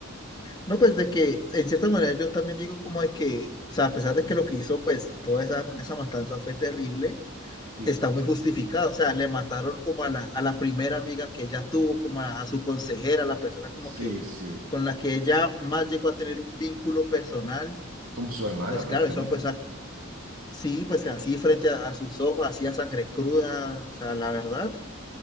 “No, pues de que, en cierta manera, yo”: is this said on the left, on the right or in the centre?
Left